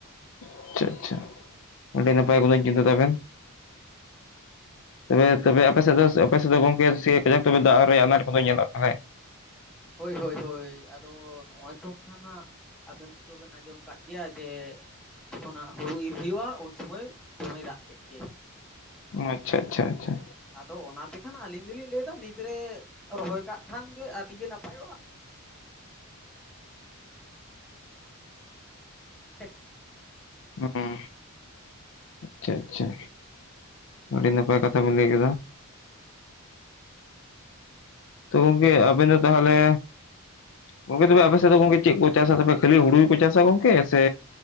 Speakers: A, on the left (about 60°); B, in the centre.
A: ᱟᱪᱪᱷᱟ ᱟᱪᱪᱷᱟ ᱟᱹᱰᱤ ᱱᱟᱯᱟᱭ ᱜᱚᱞᱤᱧ ᱪᱤᱱᱛᱟᱹ ᱛᱟᱵᱮᱱ᱾ ᱛᱚᱵᱮ
B: ᱟᱨ
A: ᱛᱚᱵᱮ ᱟᱯᱮ ᱥᱮᱫ ᱫᱚ ᱟᱯᱮ ᱥᱮᱫ ᱫᱚ ᱜᱚᱝᱠᱮ ᱥᱮ ᱠᱟᱡᱟᱠ ᱛᱚᱵᱮ ᱫᱟᱜ ᱨᱮᱭᱟᱜ ᱟᱱᱟᱴ ᱠᱚᱫᱚ ᱧᱮᱞᱚᱜ ᱛᱟᱦᱮᱸᱼᱼ
B: ᱦᱳᱭ ᱦᱳᱭ ᱦᱳᱭ ᱟᱫᱚ ᱱᱚᱜᱼᱚᱭ ᱛᱚ ᱠᱷᱟᱱ ᱦᱟᱸᱜ ᱟᱵᱮᱱ ᱛᱚᱵᱮᱱ ᱟᱸᱡᱚᱢ ᱠᱟᱫᱼᱼ ᱜᱮᱭᱟ ᱡᱮ ᱡᱚᱠᱷᱚᱱ ᱦᱟᱸᱜ ᱦᱩᱲᱩ ᱤᱨ ᱦᱩᱭᱩᱜᱼᱟ ᱩᱱᱥᱩᱢᱚᱭ ᱫᱚᱢᱮ ᱫᱟᱜ ᱠᱮᱜ ᱜᱮᱼᱼ
A: ᱟᱪᱪᱷᱟ ᱟᱪᱪᱷᱟ ᱟᱪᱪᱷᱟ
B: ᱟᱫᱚ ᱚᱱᱟ ᱛᱮᱠᱷᱟᱱ ᱟᱹᱞᱤᱧ ᱫᱚᱞᱤᱧ ᱞᱮᱭᱫᱟ ᱱᱤᱛ ᱨᱮ ᱨᱚᱦᱚᱭ ᱠᱟᱜ ᱠᱷᱟᱱ ᱜᱮ ᱟᱹᱰᱤᱜᱮ ᱱᱟᱯᱟᱭᱚᱜᱼᱟ᱾ ᱮᱼᱼ
A: ᱦᱩᱸ ᱟᱪᱪᱷᱟ ᱟᱪᱪᱷᱟ ᱟᱹᱰᱤ ᱱᱟᱯᱟᱭ ᱠᱟᱛᱷᱟ ᱵᱮᱱ ᱞᱮᱭ ᱠᱮᱫᱟ᱾ ᱛᱚ ᱜᱚᱝᱠᱮ ᱟᱵᱮᱱ ᱫᱚ ᱛᱟᱦᱚᱞᱮ ᱜᱚᱝᱠᱮ ᱛᱚᱵᱮ ᱟᱯᱮ ᱥᱮᱜ ᱫᱚ ᱜᱚᱝᱠᱮ ᱪᱮᱜ ᱠᱚ ᱪᱟᱥᱟ ᱛᱚᱵᱮ ᱠᱷᱟᱹᱞᱤ ᱦᱩᱲᱩ ᱜᱮ ᱠᱚ ᱪᱟᱥᱟ ᱜᱚᱝᱠᱮ ᱥᱮᱼᱼ